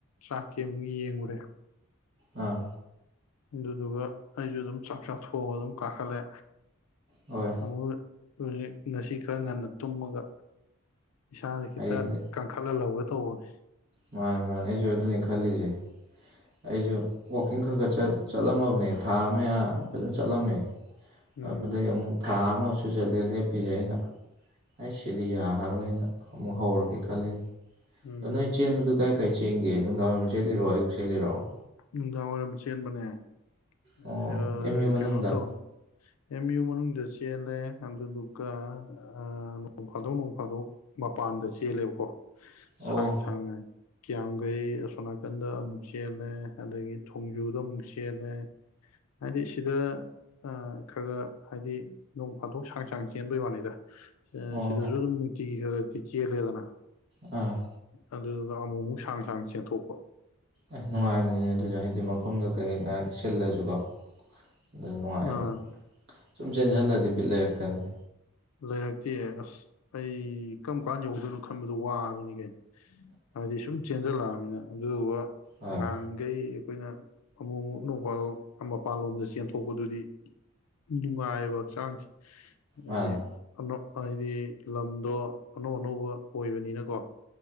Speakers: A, on the left; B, on the right.
A: ꯆꯥꯛꯀ ꯑꯃꯨꯛ ꯌꯦꯡꯉꯨꯔꯦ
B: ꯑꯥ
A: ꯑꯗꯨꯗꯨꯒ ꯑꯩꯁꯨ ꯑꯗꯨꯝ ꯆꯥꯛ ꯆꯥꯛꯊꯣꯡꯑꯉꯒ ꯑꯗꯨꯝ ꯀꯥꯈꯠꯂꯦ
B: ꯍꯣꯏ
A: ꯋꯥ ꯔꯣꯔꯤꯛ ꯉꯁꯤ ꯈꯔ ꯉꯟꯅ ꯇꯨꯝꯃꯒ ꯏꯁꯥꯖꯦ ꯈꯤꯇ
B: ꯍꯌꯦꯡꯗꯤ
A: ꯀꯟꯈꯠꯍꯜꯍꯧꯒꯦ ꯇꯧꯕꯅꯦ
B: ꯃꯥꯏ ꯃꯥꯏ ꯑꯩꯖꯨ ꯑꯗꯨꯅꯤ ꯈꯜꯂꯤꯖꯦ ꯑꯩꯁꯨ ꯋꯥꯛꯀꯤꯡ ꯈꯔ ꯈꯔ ꯆꯠ ꯆꯠꯂꯝꯃꯕꯅꯦ ꯊꯥ ꯑꯃ ꯃꯌꯥ
A: ꯎꯝ
B: ꯐꯖꯅ ꯆꯠꯂꯝꯃꯦ
A: ꯎꯝ
B: ꯑꯗꯨꯗꯒꯤ ꯑꯃꯨꯛ ꯊꯥ ꯑꯃ ꯁꯨꯖꯜꯂꯛꯑꯦ ꯂꯦꯞꯄꯤꯁꯦ ꯑꯩꯅ ꯑꯩꯏꯁ ꯁꯤꯗꯤ ꯌꯥꯔꯔꯣꯏꯅ ꯑꯃꯨꯛ ꯍꯧꯔꯒꯦ ꯈꯜꯂꯤꯅꯤ
A: ꯎꯝ
B: ꯑ ꯅꯣꯏ ꯆꯦꯟꯕꯗꯨ ꯀꯥꯏ ꯀꯥꯏ ꯆꯦꯡꯒꯦ ꯅꯨꯡꯗꯥꯡꯋꯥꯏꯔꯝ ꯆꯦꯜꯂꯤꯔꯣ ꯑꯌꯨꯛ ꯆꯦꯜꯂꯤꯔꯣ ꯫
A: ꯅꯨꯡꯗꯥꯡꯋꯥꯏꯔꯝ ꯆꯦꯟꯕꯅꯦ
B: ꯑꯣ
A: ꯑ
B: ꯑꯦꯝ ꯌꯨ ꯃꯅꯨꯡꯗ
A: ꯀꯩꯅꯣ ꯇꯧ ꯑꯦꯝ ꯌꯨ ꯃꯅꯨꯡꯗ ꯆꯦꯜꯂꯦ ꯑꯗꯨꯗꯨꯒ ꯑ ꯅꯣꯡ ꯐꯥꯗꯣꯛ ꯅꯣꯡ ꯐꯥꯗꯣꯛ ꯃꯄꯥꯟꯗ ꯆꯦꯜꯂꯦꯕꯀꯣ
B: ꯑꯣ
A: ꯁꯥꯡ ꯁꯥꯡꯅ ꯀꯌꯥꯝꯒꯩ ꯑꯁꯣꯝ ꯅꯥꯀꯟꯗ ꯑꯃꯨꯛ ꯆꯦꯜꯂꯦ ꯑꯗꯒꯤ ꯊꯣꯡꯖꯨꯗ ꯑꯃꯨꯛ ꯆꯦꯜꯂꯦ ꯍꯥꯏꯗꯤ ꯁꯤꯗ ꯑ ꯈꯔ ꯍꯥꯏꯗꯤ ꯅꯣꯡ ꯐꯥꯗꯣꯛ ꯁꯥꯡ ꯁꯥꯡ ꯆꯦꯟꯕꯩ ꯋꯥꯅꯤꯗ
B: ꯑꯣ
A: ꯁꯤꯗꯖꯨ ꯑꯗꯨꯝ ꯅꯨꯡꯇꯤꯒꯤ ꯈ꯭ꯔꯗꯤ ꯆꯦꯜꯂꯦꯗꯅ
B: ꯑꯝ
A: ꯑꯗꯨꯗꯨꯒ ꯑꯃꯨꯛ ꯃꯨꯛ ꯁꯥꯡ ꯁꯥꯡ ꯆꯦꯟꯊꯣꯛꯄ
B: ꯑ ꯅꯨꯡꯉꯥꯏꯕꯅꯤꯅꯦ ꯑꯗꯨꯁꯨ ꯍꯥꯏꯗꯤ ꯃꯐꯝꯗꯣ ꯀꯩ ꯉꯥꯏꯍꯥꯛ ꯁꯤꯜꯂꯁꯨꯀꯣ ꯑꯗ ꯅꯨꯡꯉꯥꯏꯔꯤꯃꯦ
A: ꯑꯥ
B: ꯁꯨꯝ ꯆꯦꯟꯖꯜꯂꯗꯤ ꯕꯤꯠ ꯂꯩꯔꯛꯇꯝꯅꯤ
A: ꯂꯩꯔꯛꯇꯦ ꯑꯁ ꯑꯩ ꯀꯔꯝ ꯀꯥꯟꯗ ꯌꯧꯗꯣꯏꯅꯣ ꯈꯟꯕꯗꯣ ꯋꯥꯃꯤꯅꯤ ꯀꯦ ꯍꯥꯏꯕꯗꯤ ꯁꯨꯝ ꯆꯦꯟꯖꯜꯂꯛꯑꯃꯤꯅ ꯑꯗꯨꯒ
B: ꯍꯣꯏ
A: ꯉꯍꯥꯟꯈꯩ ꯑꯩꯈꯣꯏꯅ ꯑꯃꯨꯛ ꯑꯃꯨꯛ ꯅꯣꯡꯐꯗꯣꯛ ꯃꯄꯥꯟꯂꯣꯝꯗ ꯆꯦꯟꯊꯣꯛꯄꯗꯨꯗꯤ ꯅꯨꯡꯉꯥꯏꯕ ꯃꯇꯥꯡꯁꯦ ꯍꯥꯏꯗꯤ
B: ꯃꯥꯅꯤ
A: ꯍꯥꯏꯗꯤ ꯂꯝꯗꯣ ꯑꯅꯧ ꯑꯅꯧꯕ ꯑꯣꯏꯕꯅꯤꯅꯀꯣ ꯫